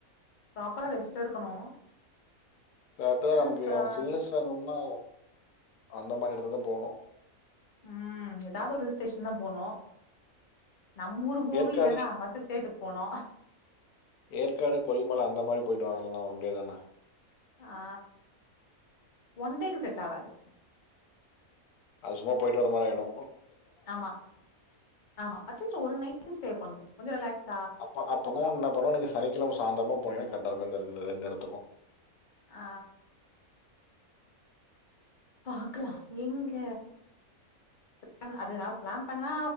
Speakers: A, on the left; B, on the left.
A: ப்ராப்பரா ரெஸ்ட் எடுக்கணு
B: கர்ட்டு தா நமக்கு
A: அப்றோ
B: நமக் சில்னஸ் வேணும்னா அந்த மாரி எடதுக்குத்தா போனு
A: ம் ஏதாவது ஒரு ஹில் ஸ்டேஷன் தா போனு நம் ஊர் போணு
B: ஏற்காடு
A: இல்லன்னா மத்த ஸ்டேட்டுக்கு போனு
B: ஏற்காடு கொல்லிமல அந்த மாரி போயிட்டு வாங்க இல்லேன்னா ஒன்டே தான
A: ஆ ஒன் டேக்கு செட் ஆவாது
B: அது சும்மா போயிட்டு வர மாரி ஆய்டு
A: ஆமா ஆமா அட்லீஸ்ட் ஒரு நைட் ஸ்டே பண்ணு கொஞ்ச ரிலாக்ஸ்
B: அப்ப அப்பனா என்ன பண்ணுனோ நீங்க சனிக்கிழம சாந்திரமா போனீங்கன்னா கரெட்டா இருக்கு இந்த ரெண்டு எடத்துக்கு
A: ஆ பாக்லா எங்க பிள அது பிளான் பண்ணா